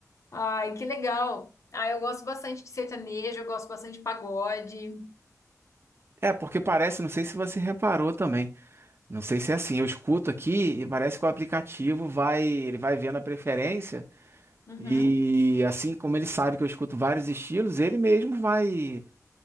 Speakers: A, on the left (about 55°); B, on the right (about 40°).
A: Ai, que legal. Ah, eu gosto bastante de sertanejo, eu gosto bastante de pagode.
B: É, porque parece, não sei se você reparou também. Não sei se é assim, eu escuto aqui e parece que o aplicativo vai, ele vai vendo a preferência
A: Uhum,
B: e assim como ele sabe que eu escuto vários estilos, ele mesmo vai